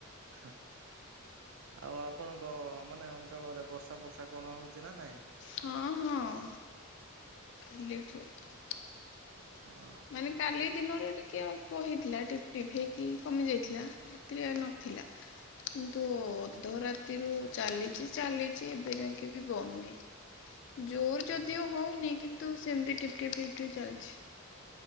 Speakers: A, on the right; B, on the left.
A: ହଁ ଆଉ ଆପଣଙ୍କ ମାନେ ଅଞ୍ଚଳରେ ବର୍ଷା। ବର୍ଷା କଣ ହଉଛି ନା ନାଇଁ?
B: ହଁ ହଁ। ଏଲେଠୁ। ହୁଁ <inaudible>
A: ହଁ।
B: ମାନେ କାଲି ଦିନରେ ଟିକେ ଅଳ୍ପ ହେଇଥିଲା ଟିପ ଟିପ ହେଇକି କମି ଯାଇଥିଲା। ରାତିରେ ନଥିଲା। କିନ୍ତୁ ଅଧ ରାତିରୁ ଚାଲିଚି ଚାଲିଚି ଏବେ ଯାକେ ବି ବନ୍ଦ ନାହିଁ। ଜୋର୍ ଯଦିଓ
A: ହଁ
B: ହଉନି କିନ୍ତୁ ସେମିତି ଟିପ୍ ଟିପ୍ ଟିପ୍ ଚାଲିଛି।